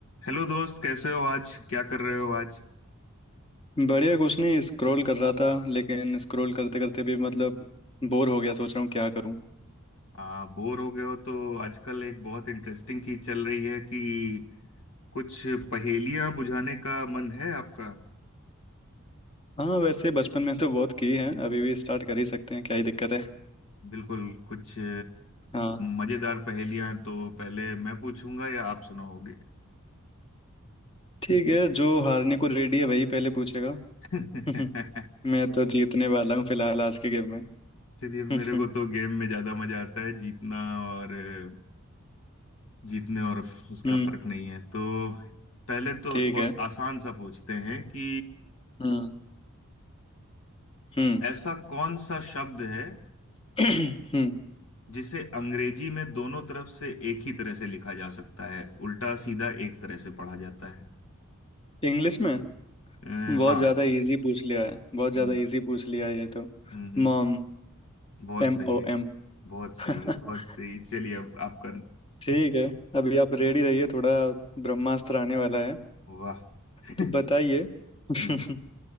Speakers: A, on the left; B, on the left.
A: Hello दोस्त कैसे हो आज क्या कर रहे हो आज
B: बढ़िया कुछ नहीं स्क्रॉल कर रहा था लेकिन स्क्रॉल करते करते भी मतलब बोर हो गया सोच रहा हूँ क्या करूँ
A: आ, बोर हो गए हो तो आजकल एक बहुत इंटरेस्टिंग चीज चल रही है कि कुछ पहेलियां बुझाने का मन है आपका
B: हाँ वैसे बचपन में तो बहुत की है अभी भी स्टार्ट कर ही सकते हैं क्या ही दिक्कत है
A: बिल्कुल कुछ अ,
B: हाँ
A: मजेदार पहेलियां तो पहले मैं पूछूंगा या आप सुनाओगे
B: ठीक है जो हारने को रेडी है वही पहले पूछेगा
A: <laughs>
B: <laughs> मैं तो जीतने वाला हूँ फिलहाल आज के गेम में
A: चलिए मेरे
B: <laughs>
A: को तो गेम में ज्यादा मजा आता है जीतना और अ, जीतने और उसका
B: हम्म
A: फर्क नहीं है तो पहले तो
B: ठीक
A: बहुत
B: है
A: आसान सा पूछते हैं कि
B: हम्म हम्म
A: ऐसा कौन सा शब्द है
B: <clears throat> हम्म
A: जिसे अंग्रेजी में दोनों तरफ से एक ही तरह से लिखा जा सकता है उल्टा सीधा एक तरह से पढ़ा जाता है
B: इंग्लिश में
A: अ,
B: बहुत
A: हाँ
B: ज्यादा इजी पूछ लिया है बहुत ज्यादा
A: हम्म
B: इजी पूछ लिया है ये तो
A: हम्म, हम्म।
B: मॉम
A: बहुत
B: एम
A: सही
B: ओ
A: है
B: एम
A: बहुत सही
B: <laughs>
A: है बहुत सही चलिए अब आपका
B: ठीक है अभी आप रेडी रहिए थोड़ा ब्रह्मास्त्र आने वाला है
A: वाह <laughs>
B: तो बताइए <laughs>
A: हम्म,